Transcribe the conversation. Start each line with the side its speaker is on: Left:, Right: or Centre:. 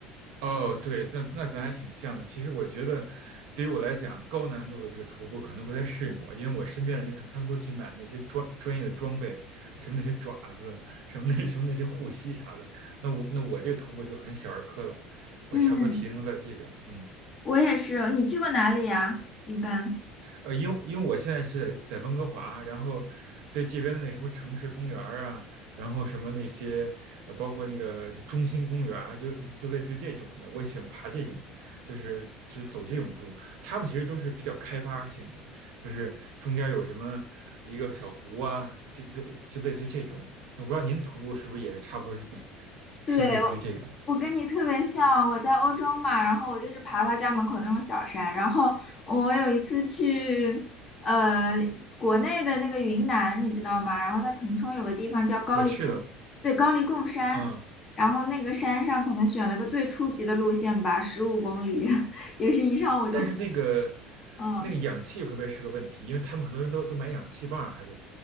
Right: 哦，对，那那咱还挺像的。其实我觉得，对于我来讲，高难度的这个徒步可能不太适应我，因为我身边的人可能他们都去买那些专专业的装备，什么那些爪子，什么那什么那些护膝啥的。那我那我这个徒步就很小儿科了，我差不多停留在这个，
Left: 嗯，
Right: 嗯。
Left: 我也是。你去过哪里呀？一般。
Right: 呃，因因为我现在是在在温哥华，然后所以这边的那什么城市公园儿啊，然后什么那些呃，包括那个就中心公园儿啊就就就类似于这种的，我喜欢爬这种，就是就是走这种路，他们其实都是比较开发性的，就是中间有什么一个小湖啊，就就就类似于这种。我不知道您徒步是不是也差不多是
Left: 对，
Right: 是类似于这个，
Left: 我我跟你特别像，我在欧洲嘛，然后我就是爬爬家门口那种小山，然后我有一次去呃国内的那个云南，你知道吗？然后它腾冲有个地方叫高黎贡，
Right: 我去了，
Left: 对，高黎贡山，
Right: 嗯。
Left: 然后那个山上可能选了个最初级的路线吧，十五公里，<laughs> 也是一上午就
Right: 但是那个
Left: 嗯
Right: 那个氧气会不会是个问题？因为他们很多人都都买氧气棒儿还得